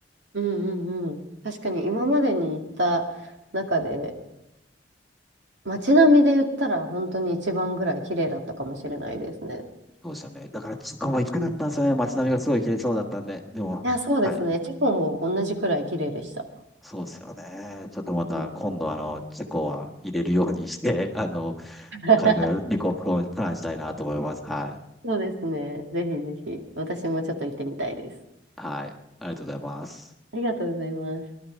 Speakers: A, on the right; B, in the centre.
A: うん、うん、うん。確かに今までに行った中で、街並みで言ったら本当に一番ぐらい綺麗だったかもしれないですね。
B: そうですよね。だから、そこも行きたかったんですよね。
A: うん。い
B: 街並みがすごい綺麗そうだったんで。でも、
A: や、そうですね。
B: はい。
A: チェコも同じくらい綺麗でした。
B: そうですよね。ちょっとまた、
A: うん。
B: 今度あの、チェコは入れるようにして、<laughs> あの、
A: <laughs>
B: 海外旅行をプランしたいなと思います。はい。
A: そうですね。ぜひぜひ、私もちょっと行ってみたいです。
B: はい。ありがとうございます。
A: ありがとうございます。